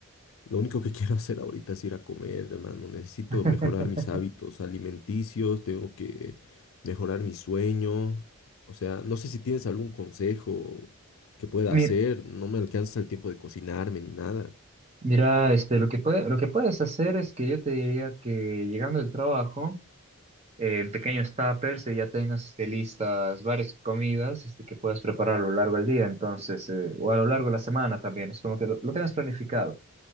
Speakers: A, on the left (about 75°); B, on the right (about 30°).
A: Lo único que <laughs> quiero hacer ahorita es ir a comer, hermano. Necesito
B: <laughs>
A: mejorar mis hábitos alimenticios, tengo que mejorar mi sueño. O sea, no sé si tienes algún consejo que pueda
B: Mira,
A: hacer. No me alcanza el tiempo de cocinarme ni nada.
B: mira, este, lo que puede, lo que puedes hacer es que yo te diría que llegando del trabajo, eh, en pequeños tuppers, eh, ya tengas este, listas varias comidas este, que puedas preparar a lo largo del día, entonces, eh, o a lo largo de la semana también, es como que lo, lo tengas planificado.